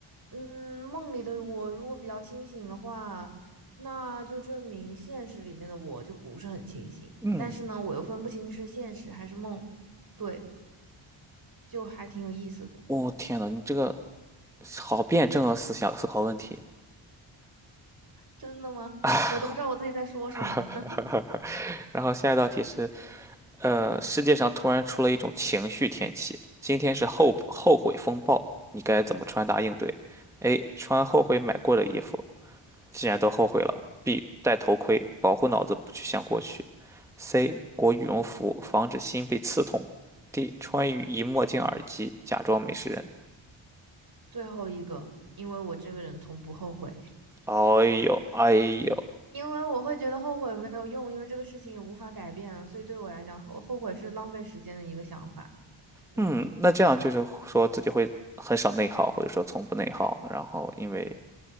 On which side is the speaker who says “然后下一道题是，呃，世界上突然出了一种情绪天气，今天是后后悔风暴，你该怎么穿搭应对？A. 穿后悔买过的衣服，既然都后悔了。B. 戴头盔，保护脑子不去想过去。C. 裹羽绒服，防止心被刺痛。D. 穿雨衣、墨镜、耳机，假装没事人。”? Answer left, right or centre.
Centre